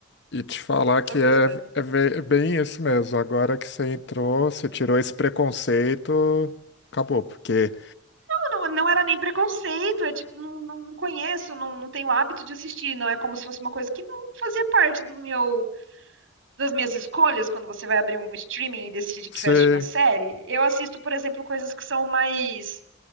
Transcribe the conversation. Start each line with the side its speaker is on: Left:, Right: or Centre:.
Left: e te falar que
Right: tô gostando.
Left: é, é ve- é bem isso mesmo. Agora que você entrou, você tirou esse preconceito, acabou, porque
Right: Não, não, não era nem preconceito, é tipo, não, não, não conheço, não, não tenho hábito de assistir, não é como se fosse uma coisa que não fazia parte do meu, das minhas escolhas quando você vai abrir um streaming e decide
Left: você.
Right: que vai assistir uma série. Eu assisto, por exemplo, coisas que são mais